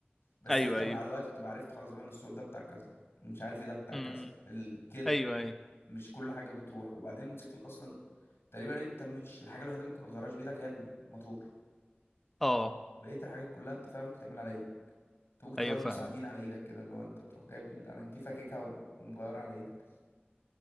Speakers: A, in the centre; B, on the left.
A: <laughs>
B: بس
A: ايوه
B: انت مع الوقت بتبقى عرفت خلاص بقى ان الصوت ده بتاع كذا مش عارف ايه ده بتاع
A: ايوه
B: كذا ال... كده
A: ايوه ايوه
B: مش كل حاجه بتروح وبعدين الموتوسيكل اصلا تقريبا انت مش الحاجه الوحيده اللي ممكن ما تغيرهاش بايدك هي الموتور
A: اه
B: بقيه الحاجات كلها انت فعلا ممكن تعملها على ايدك انت ممكن تغير
A: ايوه
B: المساعدين
A: فاهمك
B: على ايدك كده اللي هو انت تروح جايب الانكيفه كيكه و- ومغيرها على ايدك